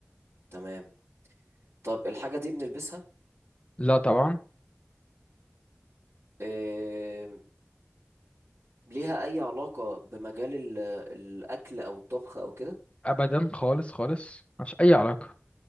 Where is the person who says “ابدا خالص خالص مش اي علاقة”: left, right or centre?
Left